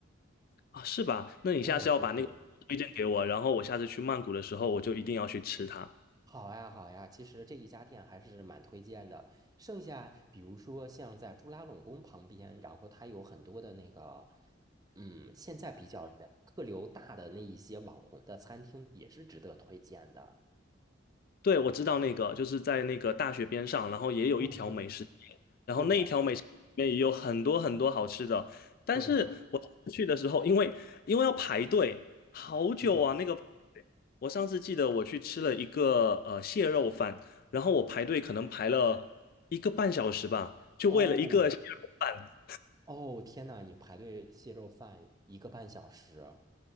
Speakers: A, on the left; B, on the right.
A: 啊，是吧？那你下次要把那个推荐给我，
B: 对对对，
A: 然后我下次去曼谷的时候，我就一定要去吃它。
B: 好呀好呀，其实这一家店还是蛮推荐的。剩下比如说像在朱拉隆功旁边，然后它有很多的那个，嗯，现在比较人客流大的那一些网红的餐厅也是值得推荐的。
A: 对，我知道那个，就是在那个大学边上，然后也有一条美食街，
B: 对对
A: 然后那一条美食街里面也有很多很多好吃的。
B: 对
A: 但是我上次去的时候，
B: 对啊，
A: 因为因为要排队，好久啊，
B: 是的，
A: 那个排队。我上次记得我去吃了一个呃蟹肉饭，然后我排队可能排了一个半小时吧，就为了一个蟹肉饭。
B: 哦哦，天呐，你排队蟹肉饭一个半小时。